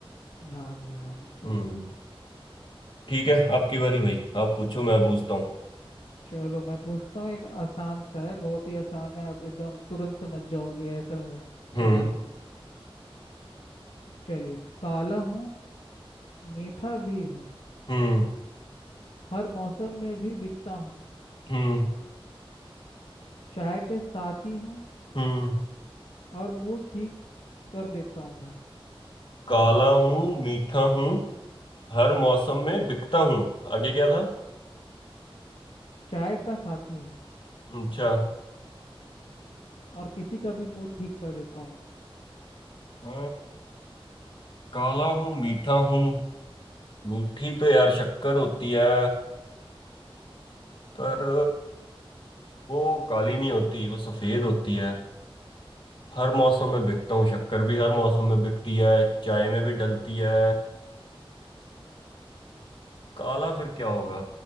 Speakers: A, on the left (about 80°); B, on the left (about 60°).
A: हाँ जी हाँ जी सही
B: हम्म
A: बात
B: ठीक है आपकी बारी भाई आप पूछो मैं पूछता हूँ
A: चलो मैं पूछता हूँ एक आसान सा है बहुत ही आसान है आप एकदम तुरंत समझ जाओगे ऐसा है
B: हम्म
A: पहेली चलिए तो काला हूँ मीठा भी हूँ
B: हम्म
A: हर मौसम में भी बिकता हूँ
B: हम्म
A: चाय के साथी हूँ
B: हम्म
A: और मूड ठीक कर देता हूँ मैं
B: काला हूँ मीठा हूँ हर मौसम में बिकता हूँ आगे क्या था
A: चाय का साथी हूँ
B: अच्छा
A: और किसी का भी मूड ठीक कर देता हूँ
B: अ, काला हूँ मीठा हूँ मीठी तो यार शक्कर होती है पर वो काली नहीं होती वो सफेद होती है हर मौसम में बिकता हूँ शक्कर भी हर मौसम में बिकती है चाय में भी डलती है काला फिर क्या होगा